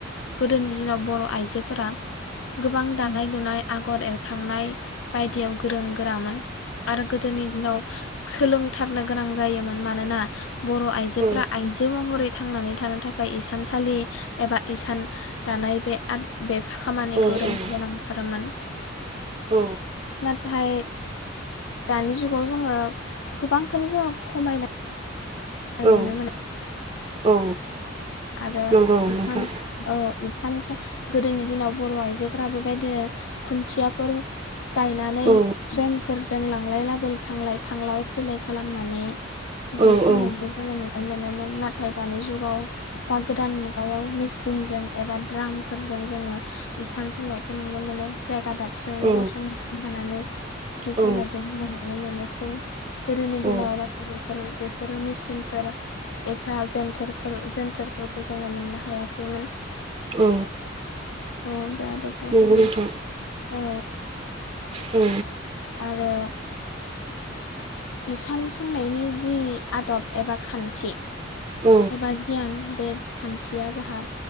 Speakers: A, on the left (about 75°); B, on the right (about 30°).
A: गोदोनि दिनाव बर' आइजोफोरा गोबां दानाय लुनाय आगर एरखांनाय बायदियाव गोरों गोरामोन। आरो गोदोनि दिनाव सोलों थारनो गोनां जायोमोन मानोना बर'। जोफोरा
B: औ
A: आइजो महरै। थांनानै थानो थाखाय इसानसालि एबा इसान दानाय बे आद बे। खामानिखौ
B: औ
A: रोंनो
B: औ
A: गोनांथारमोन।
B: औ
A: मा थाय दानि जुगाव जोङो गोबांखौनो जोङो खमायनाय।
B: औ
A: नुनो मोनो
B: औ।
A: आरो
B: नंगौ
A: इसान
B: नोंथां
A: औ इसानसो। गोदोनि दिनाव बर' आइजोफोरा बेबायदिनो खुन्थियाफोर गायनानै
B: औ
A: फ्रेम। फोरजों लांलाय लाबोल थांलाय-थांलाय फैलाय खालामनानै। जि
B: औ
A: सोंनायखौ
B: औ
A: जोङो नुनो मोनामोन। नाथाय दानि जुगाव। दा गोदान मुगायाव मेसिनजों एबा द्रामफोरजों जोङो इसान सोंनायखौ नुनो मोनो जायगा दाब फिसौनो
B: औ
A: गसं फानानै। सि
B: औ
A: सोंनायखौ जोङो नुनो मोनो। सै। गोदोनि
B: औ
A: दिनाव नाथाय। फोर बेफोर मेसिनफोर एबा जेनथोरफोर जेनथोर। फोरखौ जोङो मोननो हायाखैमोन।
B: औ
A: उम बे आदबफोरखौ
B: नंगौ
A: जोङो
B: नोंथां
A: औ
B: औ
A: आरो इसान सोंनायनि जि आदब एबा खान्थि
B: औ
A: एबा गियान बे खान्थिया जाहा